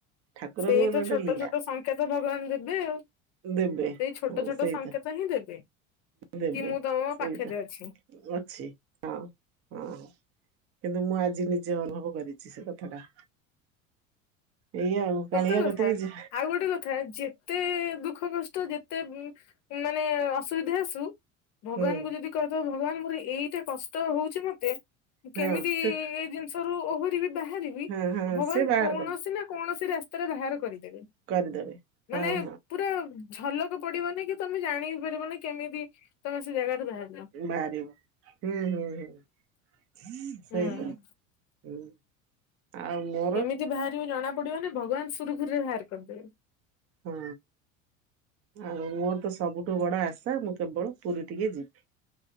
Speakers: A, on the right; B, on the left.
A: ଠାକୁରଙ୍କ
B: ସେଇ
A: ଗୋଟେ
B: ତ
A: ଗୋଟେ
B: ଛୋଟ
A: ଲୀଳା।
B: ଛୋଟ ସଂକେତ ଭଗବାନ ଦେବେ ଆଉ।
A: ଦେବେ
B: ସେଇ ଛୋଟ
A: ହଁ
B: ଛୋଟ
A: ସେଇତ
B: ସଂଙ୍କେତ ହିଁ ଦେବେ କି
A: ଦେବେ
B: ମୁଁ ତମ
A: ସେଇତ
B: ପାଖେରେ ଅଛି।
A: ଅଛି ହଁ। ହଁ କିନ୍ତୁ ମୁଁ ଆଜି ନିଜେ ଅନୁଭବ କରିଛି ସେ କଥାଟା। ଏଇଆ ଆଉ। କାଳିଆ
B: ସତ କଥା
A: କତିକି ଯା
B: ଆଉ ଗୋଟେ କ ଥା ଯେତେ ଦୁଃଖ କଷ୍ଟ ଯେତେ ମାନେ ଅସୁବିଧା ଆସୁ ଭଗବାନଙ୍କୁ
A: ହୁଁ।
B: ଯଦି କହିଦବ ଭଗବାନ ମୋର ଏଇଟା କଷ୍ଟ ହଉଛି ମତେ
A: ହଁ
B: କେମିତି
A: ସେ
B: ଇ ଏ ରୁ ଓହରି ବିି ବାହାରିବି
A: ହଁ ହଁ
B: ଭଗବାନ
A: ସେ ବାହାର
B: କୌଣସି
A: କର
B: ନା କୌଣସି ରାସ୍ତାରେ ବାହାର କରିଦେଲେ
A: କରିଦେବେ
B: ମାନେ
A: ହଁ ହଁ
B: ପୁରା ଝଲକ ପଡିବନି କି ତମେ ଜାଣି ବି ପାରିବନି କେମିତି ତମେ ସେ ଜାଗାରୁ ବାହା
A: ବାହାରିବ ହୁଁ ହୁଁ ହୁଁ ସେଇଟା
B: ହୁଁ
A: ହୁଁ। ଆଉ ମ
B: କେମିତି ବାହାରିବ ଜଣା ପଡିବନି ଭଗବାନ ସୁରୁଖୁରୁରେ ବାହାର କରିଦେବେ।
A: ହଁ। ଆଉ ମୋର ତ ସବୁଠୁ ବଡ ଆଶା ମୁଁ କେବଳ ପୁରୀ ଟିକେ ଯିବି।